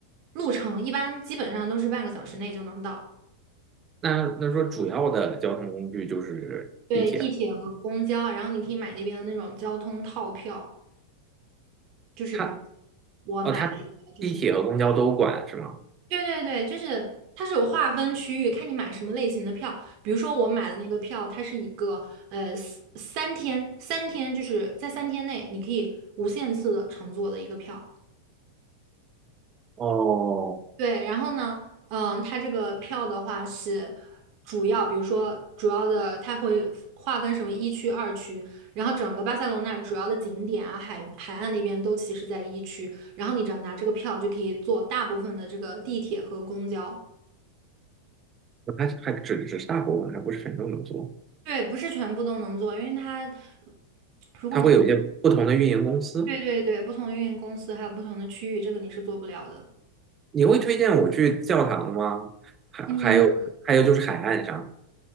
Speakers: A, on the right (about 40°); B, on the right (about 25°).
A: 路程一般基本上都是半个小时内就能到。
B: 那那说主要的交通工具就是地铁，
A: 对，地铁和公交，然后你可以买那边的那种交通套票，就是比如说我买了一个，
B: 它哦它
A: 就是。
B: 地铁和公交都管是吗？
A: 对对对，就是它是有划分区域，看你买什么类型的票。比如说我买的那个票，它是一个呃三三天，三天就是在三天内你可以无限次的乘坐的一个票。
B: 哦，
A: 对，然后呢，嗯、它这个票的话是主要，比如说主要的，它会划分什么一区、二区，然后整个巴塞罗那主要的景点啊、海海岸那边都其实在一区，然后你只要拿这个票就可以坐大部分的这个地铁和公交。
B: 它还只只是大部分，还不是很多能做。
A: 对，不是全部都能做，因为它如果你
B: 它会有一些不同的运营公司。
A: 对对对，不同的运营公司还有不同的区域，这个你是做不了的。
B: 你会推荐我去教堂吗？还还有还有就是海岸上，
A: 嗯，